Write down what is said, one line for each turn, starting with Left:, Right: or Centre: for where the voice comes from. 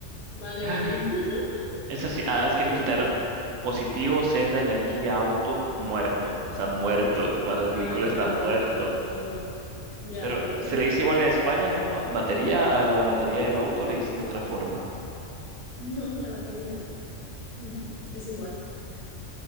Left: Vale,
Right: <laughs>
Left: vale. <laughs>
Right: Es así. Ah, es que me
Left: Ok.
Right: quitaron positivo, celda, energía, auto, muerto. O sea, muerto, cuando
Left: Ah,
Right: el vehículo está
Left: ya
Right: muerto.
Left: te quitaron todo. Ya
Right: Pero
Left: te...
Right: se
Left: <laughs>
Right: le dice igual en España, ¿no? Ba- Batería, a la batería
Left: Mm,
Right: del auto le dicen de otra forma.
Left: No, la batería. Mm, es igual.